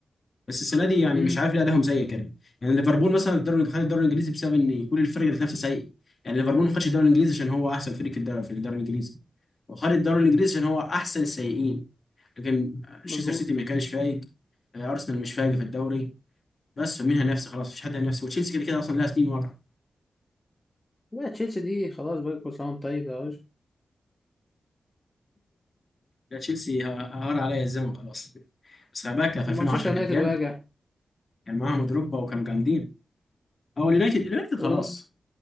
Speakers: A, on the left; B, on the left.
A: بس السنه دي يعني
B: مم،
A: مش عارف ليه ادائهم سيء كده يعني ليفربول مثلا الدوري خد الدوري الانجليزي بسبب ان كل الفرق اللي نفسها سيء يعني ليفربول ما خدش الدوري الانجليزي عشان هو احسن فريق في الدوري في الدوري الانجليزي وخد الدوري الانجليزي عشان هو احسن السيئين لكن تشيلسي
B: مظبوط
A: سيتي ما كانش فايق آه، ارسنال مش فايق في الدوري بس مين هينافسه خلاص مفيش حد هينافسه وتشيلسي كده كده اصلا لها سنين واقعه
B: لا تشيلسي دي خلاص بقى كل سنه وأنت طيب يا راجل
A: لا تشيلسي ه- هار عليا الزمن خلاص بس خباكه في
B: ومانشستر
A: 2010
B: يونايتد
A: كانت جامده
B: واجع
A: كان معاهم دروجبا وكانوا جامدين هو اليونايتد اليونايتد خلاص
B: قولون